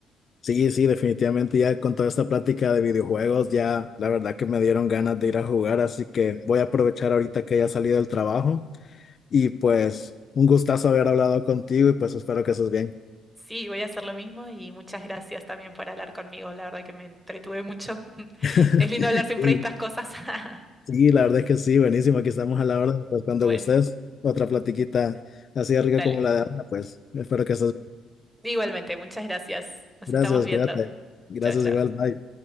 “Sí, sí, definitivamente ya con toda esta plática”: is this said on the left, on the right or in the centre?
Left